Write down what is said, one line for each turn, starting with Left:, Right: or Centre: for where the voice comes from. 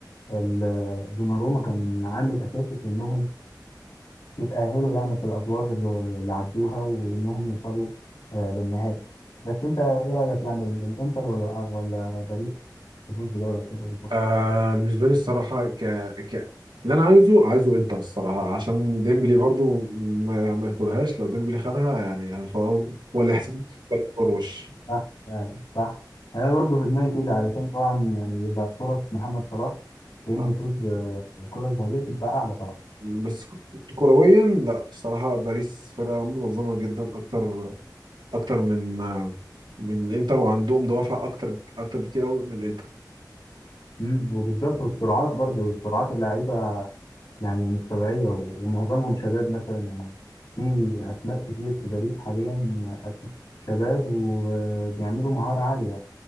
Left: ال- دوناروما كان عامل أساسي في إنهم يتأهلوا يعني في الأدوار اللي اللي عدوها وإنهم يوصلوا آه، للنهائي بس أنت إيه رأيك يعني الإنتر ولا ولا باريس تفوز بدوري أبطال أوروبا؟
Right: آه بالنسبه لي الصراحه ك... ك اللي انا عايزه عايزه انتر الصراحه عشان ديمبلي برضو ما, ما ياخدهاش لو ديمبلي خدها يعني هو هو اللي هيحسب بالون دور وش
Left: صح فعلا، صح انا برضه في دماغي كده علشان طبعا يعني يبقى فرص محمد صلاح في انه
Right: آه،
Left: يفوز بالكره الذهبيه تبقى اعلى طبعا
Right: بس كرويا لا الصراحه باريس فرقه منظمه جدا اكتر اكتر من آه، من الانتر وعندهم دوافع اكتر اكتر بكتير قوي من الانتر
Left: مم، وبالظبط والسرعات برضه سرعات اللعيبه يعني مش طبيعيه و- ومعظمهم شباب مثلا يعني في اسماء كتير في باريس حاليا شباب وبيعملوا مهاره عاليه